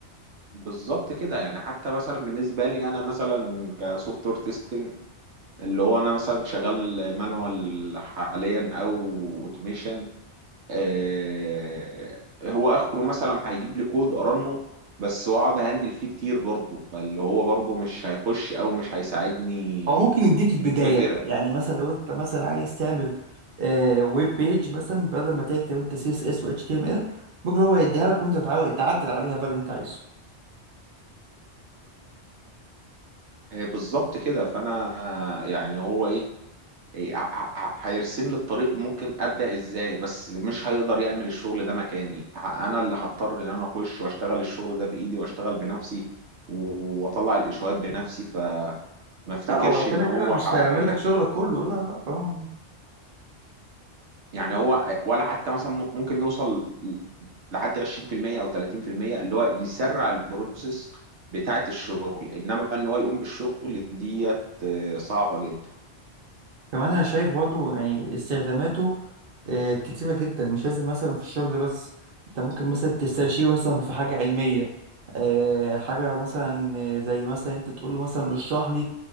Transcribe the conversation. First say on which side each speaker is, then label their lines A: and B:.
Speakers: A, on the right; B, on the right.
A: بالظبط كده يعني حتى مثلا بالنسبه لي انا مثلا كسوفت وير تيستنج اللي هو انا مثلا شغال مانوال حاليا او اوتوميشن آه هو اخره مثلا هيجيب لي كود ارنه بس واقعد اهندل فيه كتير برضه فاللي هو برضه مش هيخش او مش هيساعدني
B: او ممكن يديك
A: بنسبه
B: البدايه
A: كبيره
B: يعني مثلا لو انت مثلا عايز تعمل آه ويب بيج مثلا بدل ما تكتب انت سي اس اس و اتش تي ام ال ممكن هو يديها لك وانت تعا- تعدل عليها بقى اللي انت عايزه
A: آه، بالظبط كده فانا يعني هو ايه إيه، ه- ه- ه- هيرسم لي الطريق ممكن ابدا ازاي بس مش هيقدر يعمل الشغل ده مكاني ه- انا اللي هضطر ان انا اخش واشتغل الشغل ده بايدي واشتغل بنفسي و- واطلع الاشوات بنفسي فما افتكرش
B: لا هو كده
A: ان هو
B: كده مش
A: ح...
B: هيعمل
A: يعني
B: لك شغلك كله لا لا اه
A: يعني هو ولا حتى مثلا م- ممكن يوصل لحد 20% او 30% اللي هو يسرع البروسيس بتاعت الشغل انما ان هو يقوم بالشغل ديت آه، صعبة جدا
B: كمان انا شايف برضو يعني استخداماته آه، كتيرة جدا مش لازم مثلا في الشغل بس انت ممكن مثلا تستشيره مثلا في حاجة علمية آه، حاجة مثلا آه، زي مثلا انت تقول له مثلا اشرح لي